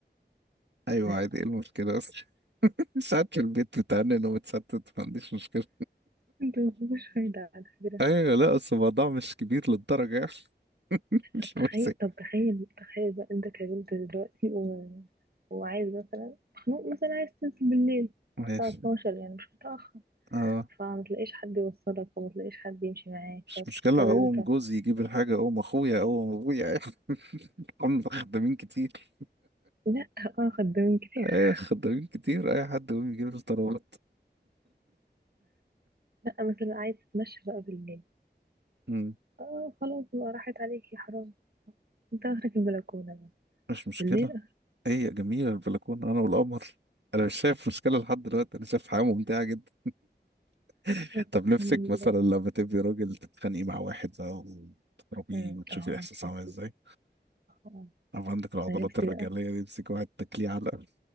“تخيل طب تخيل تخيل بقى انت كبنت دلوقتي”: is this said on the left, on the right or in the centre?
Right